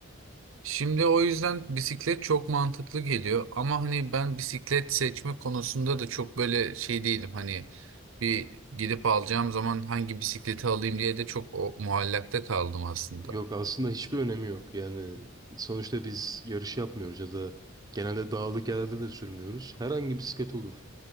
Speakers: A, on the right; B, on the right.
A: Şimdi o yüzden bisiklet çok mantıklı geliyor ama hani ben bisiklet seçme konusunda da çok böyle şey değilim. Hani bir gidip alacağım zaman hangi bisikleti alayım diye de çok o, muallakta kaldım aslında.
B: Yok aslında hiçbir önemi yok. Yani sonuçta biz yarış yapmıyoruz ya da genelde dağlık yerlerde de sürmüyoruz. Herhangi bisiklet olur.